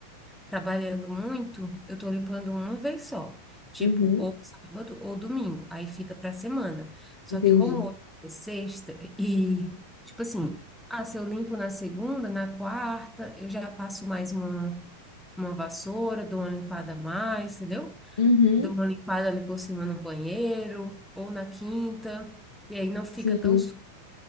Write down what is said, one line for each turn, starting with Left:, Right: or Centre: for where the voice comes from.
Centre: trabalhando muito, eu tô limpando uma vez só. Tipo,
Left: Uhum,
Centre: ou sábado ou domingo, aí fica pra semana. Só
Left: entendi.
Centre: que como hoje é sexta e, tipo assim, ah, se eu limpo na segunda, na quarta, eu já passo mais uma, uma vassoura, dou uma limpada a mais, entendeu?
Left: Uhum,
Centre: dou uma limpada ali por cima no banheiro ou na quinta, e aí não
Left: sim.
Centre: fica tão sujo.